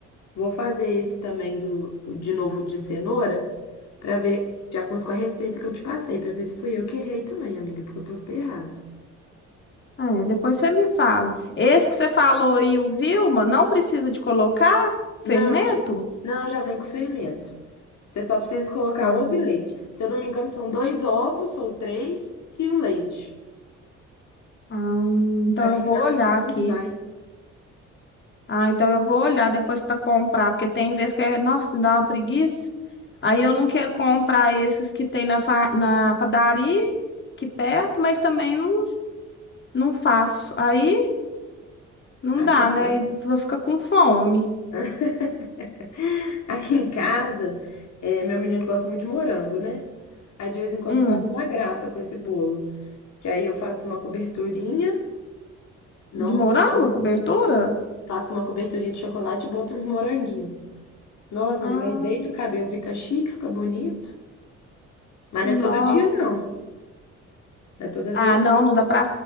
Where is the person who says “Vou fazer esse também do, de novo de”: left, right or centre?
Left